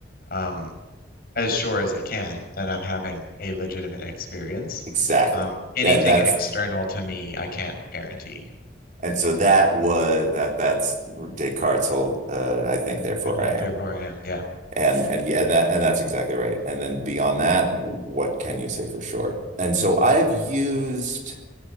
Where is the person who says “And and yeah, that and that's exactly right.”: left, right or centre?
Right